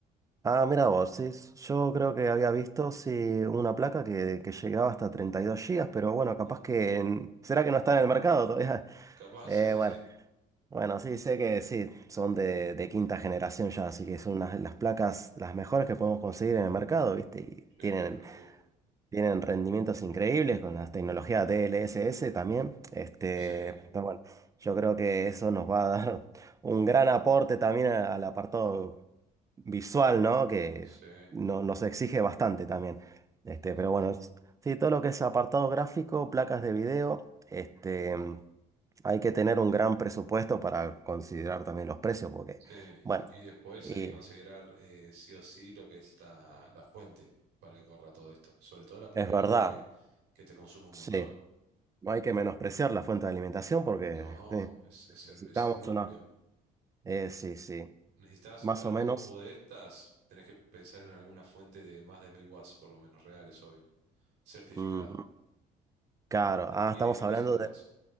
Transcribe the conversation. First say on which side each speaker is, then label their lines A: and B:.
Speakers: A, on the right; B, on the right.
A: Ah, mira vos, sí, s- yo creo que había visto sí, una placa que, que llegaba hasta 32 gigas, pero bueno, capaz
B: Mm,
A: que... en- ¿Será que no está en el mercado todavía? <laughs>
B: Capaz,
A: Eh,
B: sí, sí,
A: bueno,
B: sí.
A: bueno, sí, sé que sí, son de, de quinta generación ya, así que son las las placas las mejores que podemos conseguir en el mercado, ¿viste? Y
B: Sí,
A: tienen
B: una locura.
A: tienen rendimientos increíbles con las tecnologías DLSS también. Este,
B: Sí,
A: pero bueno, yo creo que eso nos va a dar un gran aporte también a- al apartado visual, ¿no? Que
B: sí,
A: no- nos exige bastante también. Este,
B: ujú,
A: pero bueno, es- sí, todo lo que es apartado gráfico, placas de video, este, hay que tener un gran presupuesto para considerar también los precios, porque,
B: sí.
A: bueno,
B: Y después
A: y
B: hay que considerar eh, sí o sí lo que es la, la fuente para que corra todo esto. Sobre todo la placa
A: es
B: de
A: verdad,
B: video que, que te consume un
A: sí.
B: montón.
A: No hay que menospreciar la fuente de alimentación porque
B: No,
A: eh,
B: es, es
A: necesitamos
B: el, es el núcleo.
A: una. eh, sí, sí,
B: Necesitas
A: más
B: para
A: o
B: una
A: menos.
B: compu de estas, tenés que pensar en alguna fuente de más de 1000 watts, por lo menos, reales, obvio. Certificada.
A: ujú. Claro,
B: Entre
A: ah,
B: 1000
A: estamos
B: y 1200
A: hablando
B: watts.
A: de.